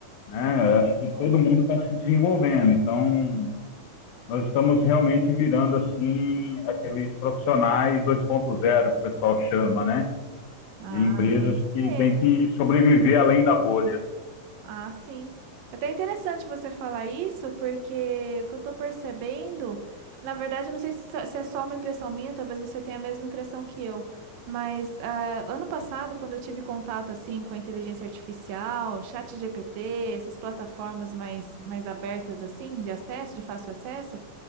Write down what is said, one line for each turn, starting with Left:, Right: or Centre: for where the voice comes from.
Left: né?
Right: Ah,
Left: Acho
Right: isso
Left: que
Right: é bom.
Left: todo mundo está se desenvolvendo, então nós estamos realmente virando assim aqueles profissionais 2.0 que o pessoal chama, né?
Right: Ah,
Left: De empresas
Right: tem que ser.
Left: que tem que sobreviver além da bolha,
Right: Ah, sim. É até interessante você falar isso, porque o que eu tô percebendo, na verdade, eu não sei se, só- se é só uma impressão minha, talvez você tenha a mesma impressão que eu, mas ah, ano passado, quando eu tive contato assim com a inteligência artificial, chat GPT, essas plataformas mais, mais abertas assim, de acesso, de fácil acesso,